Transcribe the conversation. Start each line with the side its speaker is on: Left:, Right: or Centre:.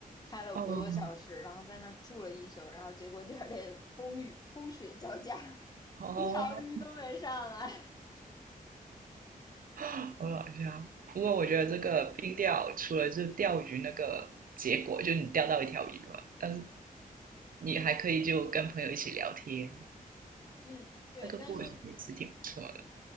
Left: 开了五个多小时，
Right: 哦
Left: 然后在那儿住了一宿，然后结果第二天风雨风雪交加，
Right: 哦，
Left: 一条鱼都没上来。
Right: 好搞笑。不过我觉得这个冰钓除了就钓鱼那个结果，就是你钓到一条鱼嘛，但是你还可以就跟朋友一起聊天，
Left: 嗯，对，
Right: 那个过程也是挺不错的。
Left: 但是